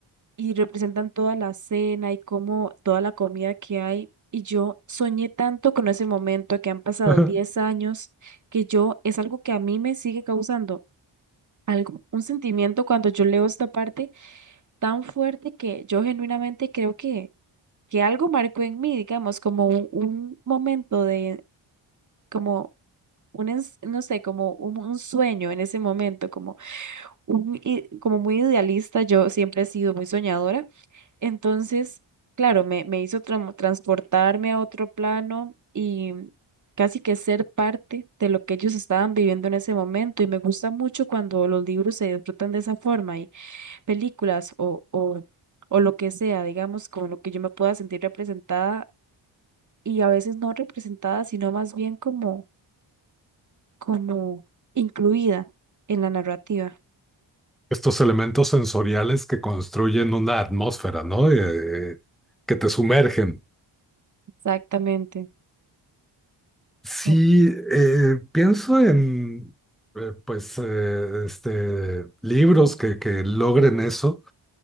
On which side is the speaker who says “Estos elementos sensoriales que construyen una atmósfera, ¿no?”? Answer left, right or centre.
Centre